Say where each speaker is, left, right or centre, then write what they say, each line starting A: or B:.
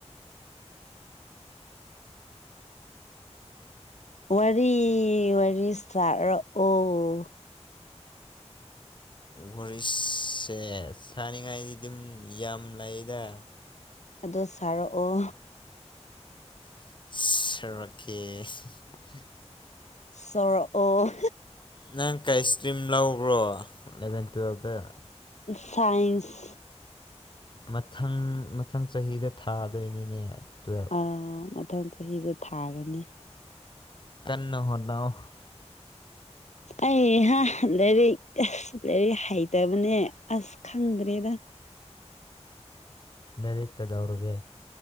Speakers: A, on the left; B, on the left.
A: ꯋꯥꯔꯤ ꯋꯥꯔꯤ ꯁꯥꯔꯛꯑꯣ
B: ꯒꯨꯔꯤꯁꯁꯦ ꯁꯥꯅꯤꯡꯉꯥꯏꯗꯤ ꯑꯗꯨꯝ ꯌꯥꯝ ꯂꯩꯗ
A: ꯑꯗꯣ ꯁꯥꯔꯛꯑꯣ
B: ꯔꯀꯦ
A: ꯁꯣꯔꯣ ꯑꯣ
B: ꯅꯪ ꯀꯥꯏꯁ ꯀ꯭ꯔꯤꯝ ꯂꯧꯕ꯭ꯔꯣ ꯑꯦꯂꯚꯦꯟ ꯇꯨꯋꯦꯜꯕꯇ
A: ꯁꯥꯏꯟꯁ
B: ꯃꯊꯪ ꯃꯊꯪ ꯆꯍꯤꯗ ꯊꯥꯗꯣꯏꯅꯤꯅꯦ ꯇꯨꯌꯦꯜꯕ
A: ꯑ ꯃꯊꯪ ꯆꯍꯤꯗ ꯊꯥꯔꯅꯤ
B: ꯀꯟꯅ ꯍꯣꯗ ꯑꯣ
A: ꯑꯩꯍ ꯂꯩꯦꯔꯤꯛ ꯂꯩꯦꯔꯤꯛ ꯍꯥꯏꯩ ꯇꯔ ꯃꯅꯤꯅꯦ ꯑꯁ ꯈꯪꯗ꯭ꯔꯦꯗ
B: ꯅꯔꯤ ꯀꯗꯧꯔꯒꯦ